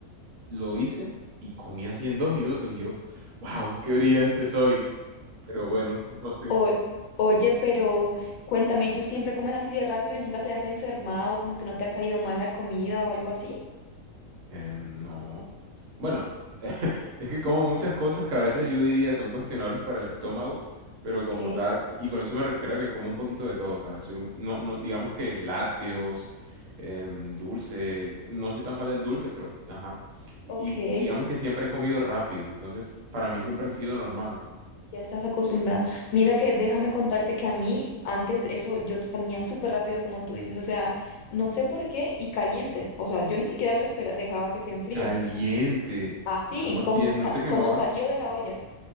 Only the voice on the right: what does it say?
Lo hice y comí así en dos minutos y yo, wow, qué brillante soy. Pero bueno, no sé.
Em, no. Bueno, <laughs> es que como muchas cosas que a veces yo diría son cuestionables para el estómago, pero
como tal, y con eso me refiero a que como un poquito de todo, ¿sabes? Soy un- no, no, digamos que lácteos, em, dulce, no soy tan fan del dulce, pero ajá. Y,
y digamos que siempre he comido rápido, entonces para mí siempre ha sido normal.
Caliente.
¿Y cómo
hacías?
¿No te quemabas?